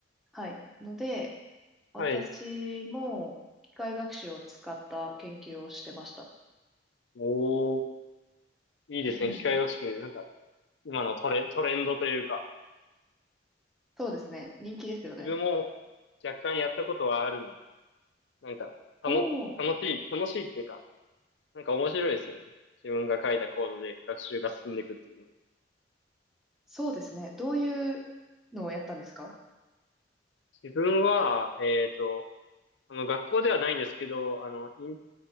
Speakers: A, in the centre; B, on the left (about 85°).
A: はい、ので、私も機械学習を使った研究をしてました。
B: はい。おー、いいですね。
A: <laughs>
B: 機械学習。なんか、今のトレ、トレンドというか、
A: そうですね。人気ですよね。
B: 自分も若干やったことはあるので、なんか、たの、
A: おお、
B: 楽しい、楽しいっていうか、なんか面白いですよね。自分が書いたコードで学習が進んでいくっていうの。
A: そうですね。どういうのをやったんですか
B: 自分は、えっと、あの、学校ではないんですけど、あの、イン、